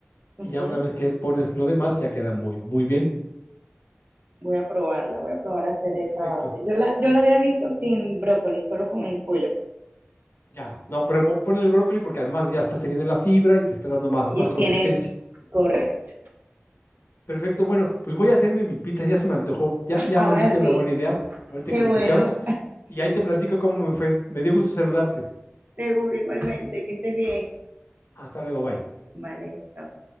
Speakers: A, on the right; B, on the left.
A: ok.
B: y ya una vez que pones lo demás ya queda muy, muy bien.
A: Voy a probarla, voy a probar a hacer esa
B: Perfecto.
A: base. Yo la, yo la había visto sin brócoli, solo con el pollo.
B: Ya, no, pero mo- ponle el brócoli porque además ya estás teniendo la fibra y te está dando más,
A: Y
B: más consistencia.
A: tiene correcto.
B: Perfecto, bueno, pues voy a hacerme mi pizza, ya se me antojó, ya, ya
A: Ahora
B: me diste
A: sí,
B: una buena idea, ahorita
A: qué
B: que platicamos,
A: bueno.
B: y ahí te platico cómo me fue. Me dio gusto saludarte.
A: Seguro igualmente, que estés bien.
B: Hasta luego, bye.
A: Vale, chao.